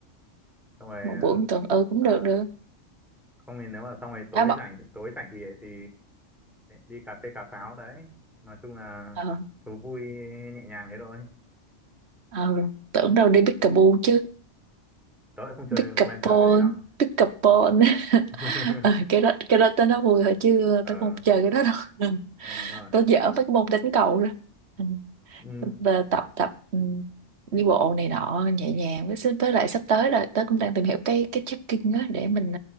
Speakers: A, in the centre; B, on the right.
A: xong rồi
B: một buổi một tuần ừ cũng
A: ờ,
B: được được
A: không thì nếu mà xong rồi tối
B: đá bóng
A: rảnh tối rảnh thì thì đi cà phê cà pháo đấy nói chung là
B: ờ
A: thú vui nhẹ nhàng thế thôi
B: ờ tưởng đâu đi pickleball chứ
A: tớ lại không chơi
B: pickleball
A: quen chơi cái đấy lắm
B: pickleball
A: <laughs>
B: Ờ, cái đó cái đó tới nó vui thôi chứ
A: ờ
B: tao không chơi cái đó đâu <laughs>
A: ừ, đúng rồi
B: tao dở mấy cái môn đánh cầu đó ừ.
A: ừ
B: Và tập tập ừ, đi bộ này nọ nhẹ nhàng với với lại sắp tới rồi tớ cũng đang tìm hiểu cái cái trekking á để mình